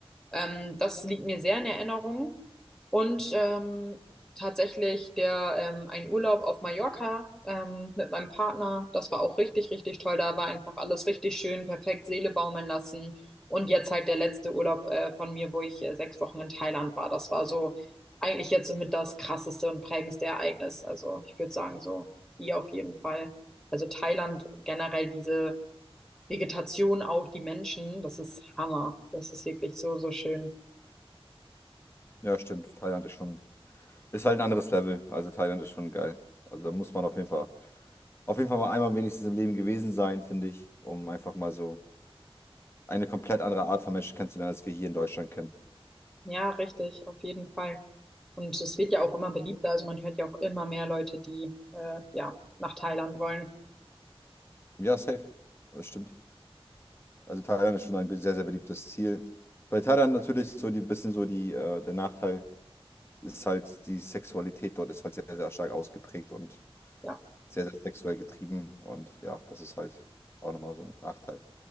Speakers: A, in the centre; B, on the left.
A: Ähm, das liegt mir sehr in Erinnerung. Und ähm, tatsächlich der ähm, ein Urlaub auf Mallorca ähm, mit meinem Partner, das war auch richtig, richtig toll. Da war einfach alles richtig schön, perfekt Seele baumeln lassen. Und jetzt halt der letzte Urlaub äh, von mir, wo ich äh, sechs Wochen in Thailand war. Das war so eigentlich jetzt somit das krasseste und prägendste Ereignis. Also ich würde sagen, so hier auf jeden Fall. Also Thailand generell diese Vegetation, auch die Menschen, das ist Hammer. Das ist wirklich so, so schön.
B: Ja, stimmt. Thailand ist schon, ist halt ein anderes Level. Also Thailand ist schon geil. Also da muss man auf jeden Fall, auf jeden Fall mal einmal wenigstens im Leben gewesen sein, finde ich, um einfach mal so eine komplett andere Art von Menschen kennenzulernen, als wir hier in Deutschland kennen.
A: Ja, richtig, auf jeden Fall. Und es wird ja auch immer beliebter. Also man hört ja auch immer mehr Leute, die äh, ja nach Thailand wollen.
B: Ja, safe. Das stimmt. Also Thailand ist schon ein sehr, sehr beliebtes Ziel. Bei Thailand natürlich so die bisschen so die, äh, der Nachteil ist halt, die Sexualität dort ist halt sehr, sehr stark ausgeprägt und
A: Ja,
B: sehr, sehr sexuell getrieben. Und ja, das ist halt auch nochmal so ein Nachteil.